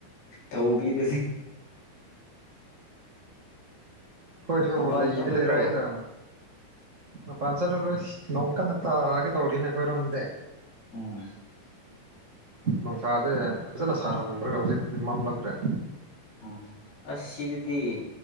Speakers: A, on the left; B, on the right.
A: ꯇꯧꯕꯤꯗꯨꯅꯤ꯫
B: ꯈꯣꯏꯁꯨ
A: ꯃꯄꯥꯟ
B: ꯂꯩꯗꯤ
A: ꯊꯣꯛꯀꯗ꯭ꯔꯣ
B: ꯂꯩꯔꯛꯏꯗ ꯃꯄꯥꯟ ꯆꯠꯂꯔ ꯅꯣꯡ ꯀꯟꯅ ꯇꯥꯒꯦ ꯇꯧꯔꯤꯅꯦ ꯑꯩꯈꯣꯏꯔꯣꯝꯗꯤ꯫
A: ꯑꯣ
B: ꯅꯨꯡꯁꯥꯁꯦ ꯐꯖꯅ ꯁꯥꯔꯝꯕ꯭ꯔ ꯍꯧꯖꯤꯛꯇꯤ ꯃꯥꯝꯂꯛꯈ꯭ꯔꯦ꯫
A: ꯎꯝ ꯑꯁ ꯁꯤꯗꯗꯤ